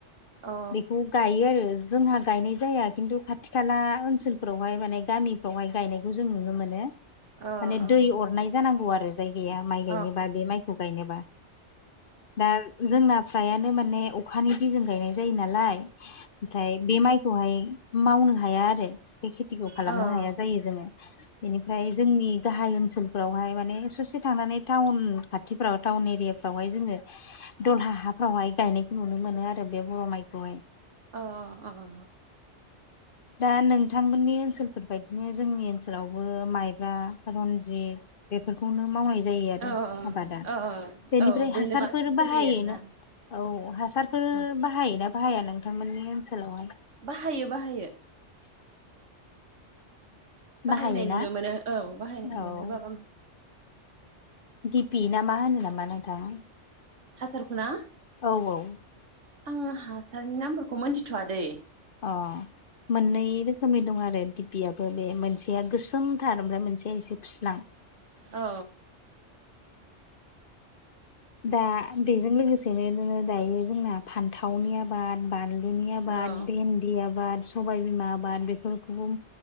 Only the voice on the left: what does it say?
बेखौ गायो आरो जोंहा गायनाय जाया खिन्थु खाथि खाला ओनसोलफ्रावहाय माने गामिफ्रावहाय गायनायखौ जों नुनो मोनो माने
दै अरनाय जानांगौ आरो जायगाया माइ गायनोबा
बे माइखौ गायनोबा दा जोंना फ्रायानो माने अखानि दैजों गायनाय जायो नालाय ओमफ्राय बे माइखौहाय मावनो हाया आरो बे खेथिखौ खालामनो
हाया जायो जोङो बेनिफ्राय जोंनि गाहाय ओनसोल फोरावहाय माने ससे थांनानै टाउन खाथिफ्राव टाउन एरियाफ्रावहाय जोङो दलहा हाफ्रावहाय गायनायखौ नुनो मोनो आरो बे बर' माइखौहाय
दा नोंथांमोननि ओनसोलफोरबायदिनो जोंनि ओनसोलावबो माइब्रा खारन जिथ बेफोरखौनो मावनाय जायो आरो
आबादा बेनिफ्राय
हासारफोर
बाहायोना
औ हासारफोर
बाहायोना बाहाया नोंथांमोननि ओनसोलावहाय
बाहायोना
औ
दिपि ना मा होनो नामा नोंथां
औ औ
अ मोननै रोखोमनि दं आरो दिपायाबो बे मोनसेया गोसोमथार ओमफ्राय मोनसेया एसे फुस्लां
दा बेजों लोगोसेनो जोङो दायो जोंना फानथावनि आ बाद बानलुनि आबाद
बेनदि आबाद सबाय बिमा आबाद बेफोरखौबो